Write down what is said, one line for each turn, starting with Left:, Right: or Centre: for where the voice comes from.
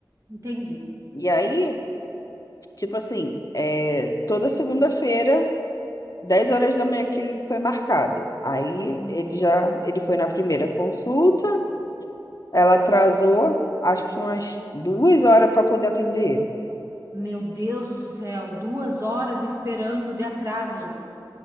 Right: Entendi.
Left: E aí, tipo assim, é, toda segunda-feira. dez horas da manhã que ele foi marcado. Aí
Right: Uhum.
Left: ele já, ele foi na primeira consulta, ela atrasou, acho que umas duas horas para poder atender ele.
Right: Meu Deus do céu, duas horas esperando de atraso.